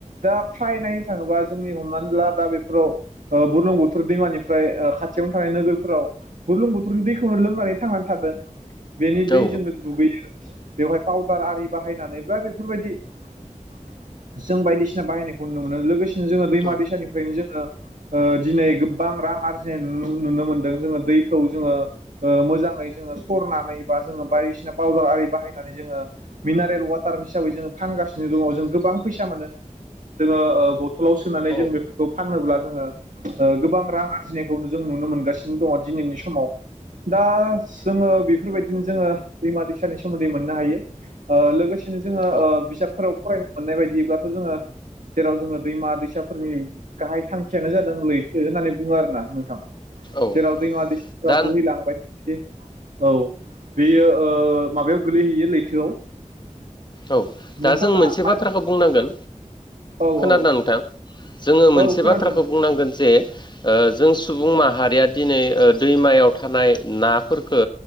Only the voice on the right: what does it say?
दा फ्रायनाय नायनो थाङोबा जोंनि हमनानै ला दा बेफोराव ओ बुरलुं बुथुर दैमानिफ्राय ओ खाथियावनो थानाय नोगोरफोराव बुरलुं बोथोरनि दैखौनो लोमनानै थांनानै थादों बेनि
दै जोंनो दुगैयो बेवहाय पाउदार आरि बाहायनानै बा बेफोरबायदि <inaudible> जों बायदिसिना बाहायनायखौ नुनो मोनो लोगोसेनो जोङो दैमा
दैसानिफ्रायनो जोङो ओ दिनै गोबां रां आरजिनाय नुनो मोनदों जोङो दैखौ जोङो ओ मोजांङै जोङो सरनानै बा जों बायदिसिना फावदार आरि बाहायनानै जोङो मिनारेल वाटार हिसाबै जोंङो फानासिनो दङ जों गोबां फैसा मोनो जोङो ओ बथलाव सोनानै
जों बेफोरखौ फानोब्ला जोङो ओ गोबां रां आरजिनायखौनो जों नु नुनो मोनगासिनो दङ दिनैनि समाव दा जोङो बेफोरबायदिनो जोङो दैमा दैसानि सोमोन्दै मोननो हायो ओ लोगोसेनो जोङो
ओ बिजाबफोराव फरायनो मोननाय बायदिब्लाथ' जोङो जेराव जोङो दैमा- दैसाफोरनि गाहाय थांखियानो जादोंलैथो होननानै बुङो आरोना नोंथां
जेराव दैमा दैसाफ्रा
बोहैलांबाय थायो। औ। बेयो ओ माबायाव गोलैहैयो लैथोआव।
नोंथाङा
माया
औ
औ
औ
खोनादों